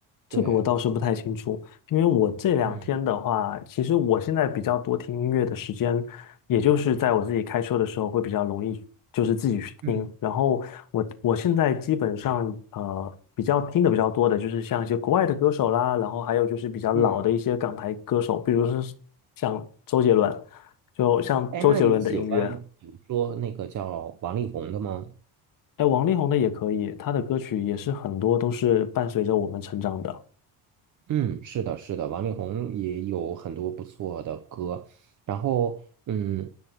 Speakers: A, on the left (about 50°); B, on the right (about 45°).
A: 这个我倒是不太清楚，
B: 对，
A: 因为我这两天的话，
B: 嗯
A: 其实我现在比较多听音乐的时间，也就是在我自己开车的时候会比较容易，就是自己去听。
B: 嗯，
A: 然后我我现在基本上呃比较听的比较多的就是像一些国外的歌手啦，然后还有就是比较老的一些港台歌手，
B: 嗯，
A: 比如是像周杰伦，就像周杰伦的音乐，
B: 哎，那你喜欢比如说那个叫王力宏的吗？
A: 哎，王力宏的也可以，他的歌曲也是很多都是伴随着我们成长的。
B: 嗯，是的，是的，王力宏也有很多不错的歌。然后，嗯，